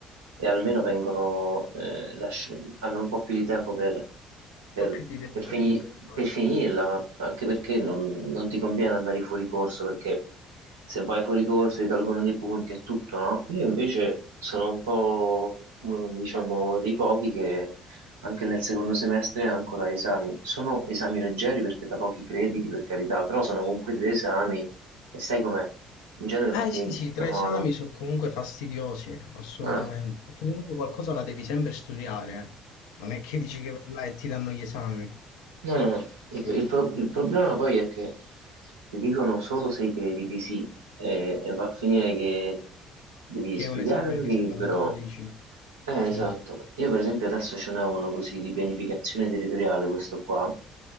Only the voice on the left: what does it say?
po' più di tempo
sì per fare.
Eh
sì,
sì, tre
esami
sono comunque fastidiosi, assolutamente,
perché comunque qualcosa la devi sempre studiare. eh. Non è che dici che vai là e ti danno gli esami.
Sì.
Che
è un esame
che
si va da 12.
Sì,
sì,